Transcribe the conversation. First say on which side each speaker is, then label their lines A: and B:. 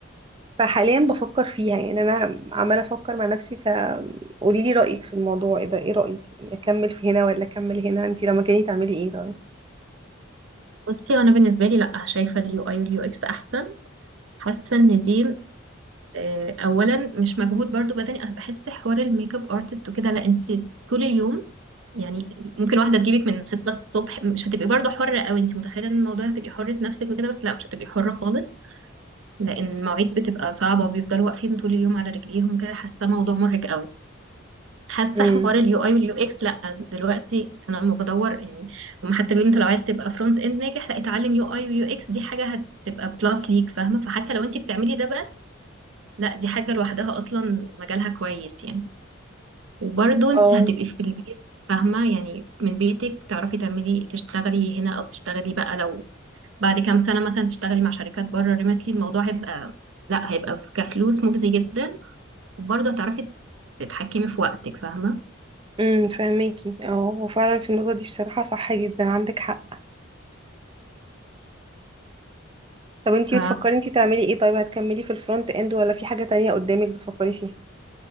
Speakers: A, on the right (about 25°); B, on the right (about 70°).
A: فحاليا بفكر فيها يعني انا عماله افكر مع نفسي فقولي لي رايك في الموضوع ايه ده ايه رايك يعني اكمل في هنا ولا اكمل هنا انت لما كاني تعملي ايه طيب
B: بصي انا بالنسبه لي لا شايفه اليو اي واليو اكس احسن حاسه ان دي آه، اولا مش مجهود برضو بدني انا بحس حوار الميك اب ارتست وكده لا انت طول اليوم يعني ممكن واحده تجيبك من 6 الصبح مش هتبقي برضو حره قوي انت متخيله ان الموضوع هتبقي حره نفسك وكده بس لا مش هتبقي حره خالص لان المواعيد بتبقى صعبه وبيفضلوا واقفين طول اليوم على رجليهم كده حاسه موضوع مرهق قوي حاسه
A: امم
B: حوار اليو اي واليو اكس لا دلوقتي انا لما بدور يعني هم حتى بيقولوا انت لو عايز تبقى فرونت اند ناجح لا اتعلم يو اي ويو اكس دي حاجه هتبقى بلس ليك فاهمه فحتى لو انت بتعملي ده بس لا دي حاجه لوحدها اصلا مجالها كويس يعني وبرضه انت
A: اه
B: هتبقي في البيت فاهمه يعني من بيتك تعرفي تعملي تشتغلي هنا او تشتغلي بقى لو بعد كام سنه مثلا تشتغلي مع شركات بره ريموتلي الموضوع هيبقى لا هيبقى في- كفلوس مجزي جدا وبرضه هتعرفي تتحكمي في وقتك فاهمه
A: امم فهميكي اه هو فعلا في النقطه دي بصراحه صح جدا عندك حق طب انت
B: ف
A: بتفكري انت تعملي ايه طيب هتكملي في الفرونت اند ولا في حاجه تانية قدامك بتفكري فيها